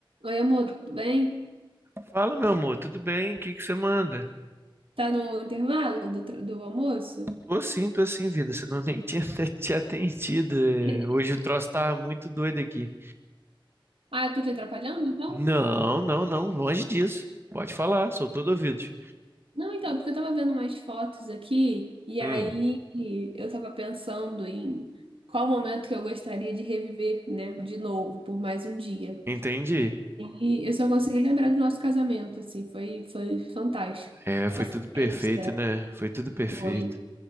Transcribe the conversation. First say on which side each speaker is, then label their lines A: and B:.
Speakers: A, on the right (about 80°); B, on the right (about 25°).
A: Oi, amor, tudo bem?
B: Fala, meu amor, tudo bem? O que que você manda?
A: Tá no intervalo do, tra- do almoço?
B: Tô sim, tô sim, vida, senão eu <laughs> nem tinha até te atendido. É,
A: <laughs>
B: Hoje o troço tá muito doido aqui.
A: Ah, eu tô te atrapalhando, então?
B: Não, não, não, longe disso. Pode falar, sou todo ouvidos.
A: Não, então, porque eu tava vendo umas fotos aqui e
B: Hum,
A: aí eu tava pensando em qual momento que eu gostaria de reviver, né, de novo, por mais um dia.
B: entendi.
A: E eu só consegui lembrar do nosso casamento, assim, foi, foi fantástico.
B: É, foi
A: A festa
B: tudo perfeito, né? Foi tudo perfeito.
A: foi.